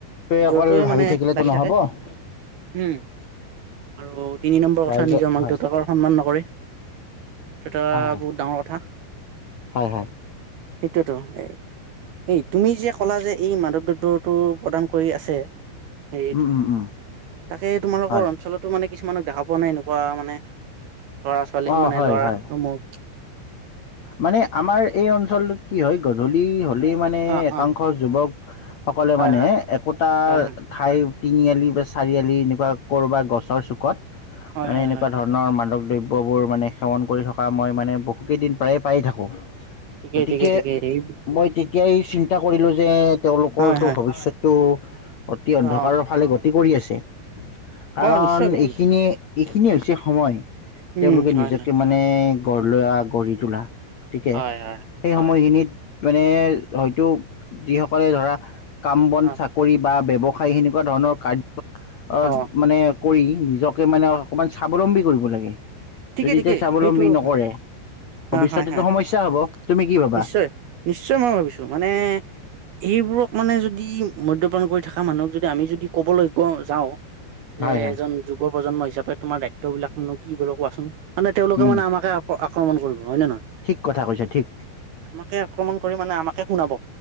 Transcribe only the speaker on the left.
অকল ভাবি
থাকিলেতো
নহ'ব
হয়
ৰাইজৰ
হয়
হয় হয়
হয় হয়।
উম, উম, উম,
হয়।
অ',
হয়,
হয়।
মানে আমাৰ এই অঞ্চলটোত কি হয় গধূলি হলেই মানে
একাংশ
যুৱক, সকলোৱে
মানে
একোটাৰ,
খাই তিনিআলি বা চাৰিআলি এনেকুৱা কৰবা গছৰ চুকত
মানে
এনেকুৱা
ধৰণ, ধৰণৰ মাদক দ্ৰব্যবোৰ মানে সেৱন কৰি থকা মই মানে বহুকেইদিন প্ৰায়ে পাই থাকোঁ।
গতিকে
মই দি, তেতিয়াই চিন্তা কৰিলো যে তেওঁলোকৰো
ভৱিষ্যতটো অতি অন্ধকাৰৰ
ফালে গত, তি কৰি আছে, কাৰণ
এইখিনিয়ে
এইখিনিয়ে হৈছে সময়। তেওঁলোকে
নিজকে
মানে গঢ়লোৱা গঢ়ি তোলা, গতিকে
সেই
সময়খিনিত মানে হয়তো যিসকলে ধৰা, কাম বন
চাকৰি বা ব্যৱসায় সেনেকুৱা ধৰণৰ কাৰ্যত
মানে, কৰি নিজকে মানে অকণমান স্বাৱলম্বী কৰিব লাগে
যদি
এতিয়া স্বাৱলম্বী
নকৰে,
ভৱিষ্যতেটো
সমস্যা হব। তুমি কি ভাবা?
হয় হয়
উম
ঠিক কথা কৈছে ঠিক।